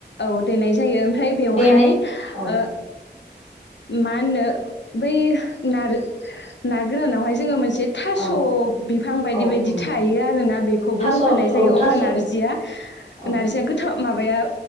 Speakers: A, on the left; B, on the left.
A: औ देनाय जायो ओम ओमफ्राय बेवहाय
B: देने
A: <unintelligible>
B: औ
A: ओ माहोनो बैह नार <unintelligible> ना गोरानावहाय जोङो मोनसे थास
B: औ
A: बिफां बायदि
B: औ
A: बायदि
B: औ
A: थायो आरोना बेखौबो
B: थास'
A: होफानाय जायो
B: औ थास'
A: अब्ला नारजिया
B: औ
A: नारजिया गोथाव माबाया